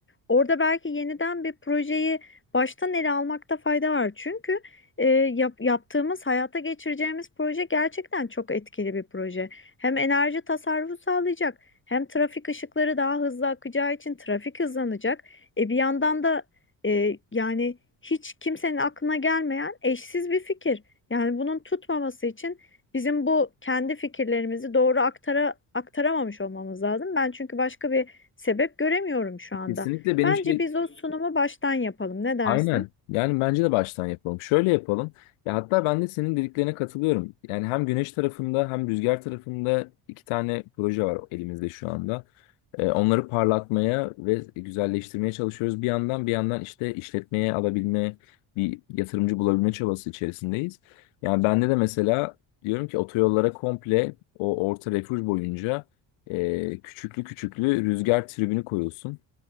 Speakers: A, on the left; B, on the left.
A: Orada belki yeniden bir projeyi baştan ele almakta fayda var. Çünkü e, yap- yaptığımız, hayata geçireceğimiz proje gerçekten çok etkili bir proje. Hem enerji tasarrufu sağlayacak, hem trafik ışıkları daha hızlı akacağı için trafik hızlanacak. E bir yandan da e, yani hiç kimsenin aklına gelmeyen eşsiz bir fikir. Yani bunun tutmaması için bizim bu kendi fikirlerimizi doğru aktara, aktaramamış olmamız lazım. Ben çünkü başka bir sebep göremiyorum şu anda.
B: Kesinlikle benim
A: Bence
B: şey
A: biz o sunumu baştan yapalım. Ne dersin?
B: Aynen. Yani bence de baştan yapalım. Şöyle yapalım. Ya hatta ben de senin dediklerine katılıyorum. Yani hem güneş tarafında hem rüzgar tarafında iki tane proje var elimizde şu anda. Ee, onları parlatmaya ve güzelleştirmeye çalışıyoruz. Bir yandan bir yandan işte işletmeye alabilme, bir yatırımcı bulabilme çabası içerisindeyiz. Yani bende de mesela diyorum ki otoyollara komple o orta refüj boyunca e, küçüklü küçüklü rüzgar tribünü koyulsun.